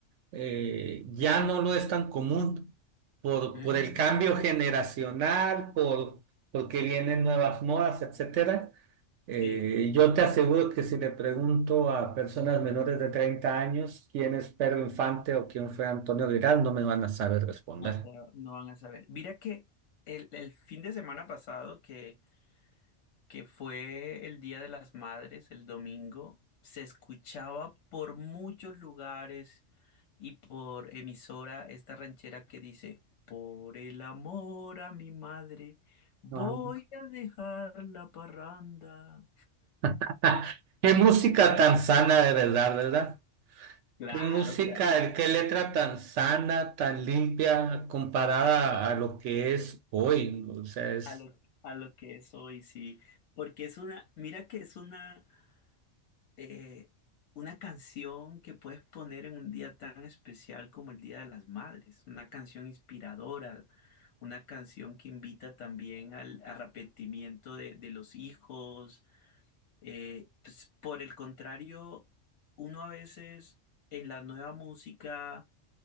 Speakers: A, on the right; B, on the left.
A: eh, ya no lo es tan común por,
B: Mm,
A: por el cambio generacional, por, porque vienen nuevas modas, etcétera. Eh,
B: sí.
A: yo te aseguro que si le pregunto a personas menores de 30 años quién es Pedro Infante o quién fue Antonio Vidal, no me van a saber responder.
B: No, sé, no van a saber. Mira que el, el fin de semana pasado, que, que fue el Día de las Madres, el domingo, se escuchaba por muchos lugares y por emisora esta ranchera que dice, por el amor a mi madre, voy
A: Ah.
B: a dejar la parranda.
A: <laughs> Qué música tan sana de verdad, ¿verdad?
B: Claro,
A: Qué música,
B: o sea,
A: el- qué letra tan sana, tan limpia comparada a lo que es hoy. ¿no? O sea, es
B: a lo, a lo que es hoy, sí. Porque es una, mira que es una... eh, una canción que puedes poner en un día tan especial como el Día de las Madres, una canción inspiradora, una canción que invita también al arrepentimiento de, de los hijos. Eh, pues, por el contrario, uno a veces en la nueva música,